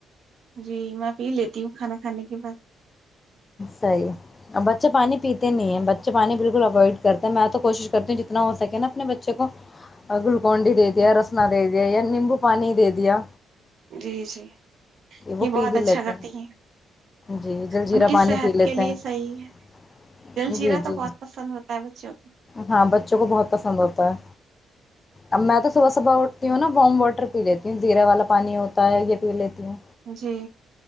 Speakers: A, on the right (about 65°); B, on the left (about 30°).
A: جی میں پی لیتی ہوں کھاناھ کھانے کے بعد
B: صحیح اور بچے پانی پیتے نہیں ہیں بچے پانی بالکل اوائڈ کرتے ہیں میں تو کوشش کرتی ہوں جتنا ہو سکے نا اپنے بچے کو گلوکون ڈی دے دیا رسنا دے دیا یا نیمبو پانی دے دیا
A: جی جی یہ
B: وہ پی
A: بہت
B: بھی لیتے
A: اچھا کرتی ہیں
B: جی جل جیرا
A: ان کی
B: پانی
A: صحت
B: پی لیتے
A: کے لیے
B: ہیں
A: صحیح ہے جل جیرا
B: جی
A: تو
B: جی
A: بہت پسند ہوتا ہے بچوں
B: ہاں بچوں کو بہت پسند ہوتا ہے اب میں تو صبح صبح اٹتی ہوں نا ورم ووٹر ٹر پی لیتی ہوں زیرے والا پانی ہوتا ہے یہ پی لیتی ہوں
A: جی